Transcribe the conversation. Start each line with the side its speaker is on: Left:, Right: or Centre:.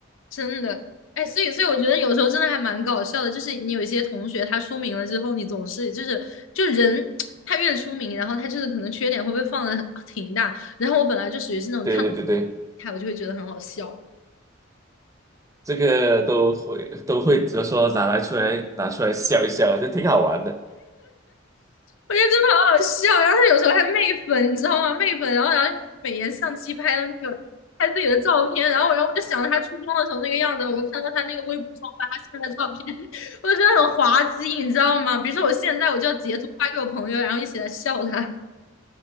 Left: 真的。哎，所以所以我觉得有时候真的还蛮搞笑的，就是你有一些同学他出名了之后，你总是就是就人他越出名，然后他就是可能缺点会被放的挺大，然后我本来就属于是那种看不惯的，
Right: 对对对对，
Left: 我就会觉得很好笑。
Right: 这个都会都会，只是说拿来出来拿出来笑一笑，这挺好玩的。
Left: 我觉得真的好好笑。然后他有时候还媚粉，你知道吗？媚粉，然后然后美颜相机拍的那个拍自己的照片，然后然后我就想着他初中的时候那个样子，我就看到他那个微博上发他现在的照片，我就觉得很滑稽，你知道吗？比如说我现在我就要截图发给我朋友，然后一起来笑他，